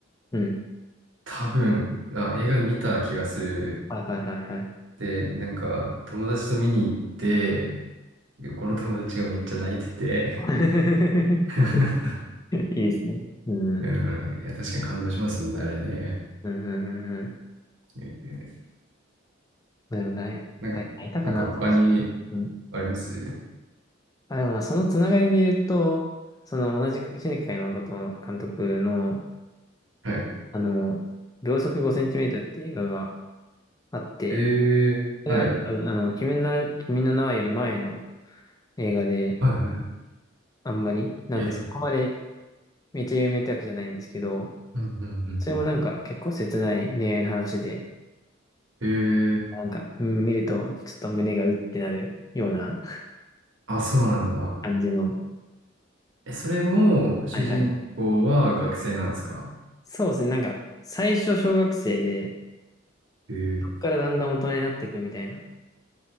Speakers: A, on the left; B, on the right.
A: うん。
B: 多分、あ、映画見た気がする。
A: はいはいはいはい。
B: で、なんか、友達と見に行って、この友達がめっちゃ泣いてて
A: <laughs>
B: <laughs>
A: いいですね。うん。うん
B: うん。いや、確かに感動しますもんね、あれね。
A: うんうんうん。
B: えー
A: でもない、
B: なんなんか他に
A: はい、いたかな。そのうん。
B: あります
A: あ、でもまあ、そのつながりで言うと、その同じ新海誠監督の、
B: はい。
A: あの、秒速5センチメートルっていう映画があって、
B: えー、
A: それは多分、
B: はい。
A: あの、君の名、君の名はより前の映画で、
B: はいは
A: あんまり、なんかそこまで
B: い。えー、
A: めっちゃ有名ってわけじゃないんですけど、
B: うんうんうん
A: それもなんか結構切ない恋愛の話で、
B: うん。えー、
A: なんか、うん見るとちょっと胸がうってなるような
B: あ、そうなんだ。
A: <laughs> 感じの、
B: え、それも主人公は学生なんですか
A: はいはい。そうですね、なんか、最初小学生で、
B: えー、
A: からだんだん大人になっていくみたいな